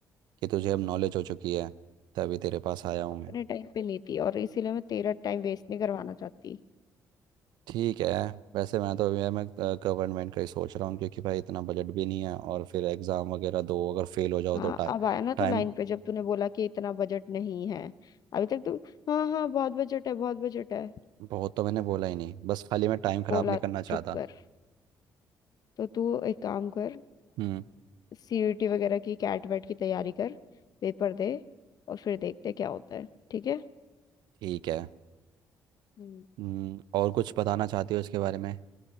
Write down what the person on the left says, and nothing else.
अपने
टाइम पे नहीं थी और इसीलिए मैं तेरा टाइम वेस्ट नहीं करवाना चाहती
हाँ
अब आया ना तू
लाइन पे जब तूने बोला कि इतना बजट नहीं है अभी तक तू हाँ हाँ बहुत बजट है बहुत बजट है
बोला
चुप
कर तो तू एक काम कर
सीयूटी वगैरह की कैट वैट की तैयारी कर पेपर दे और फिर देखते क्या होता है ठीक है
हम्म।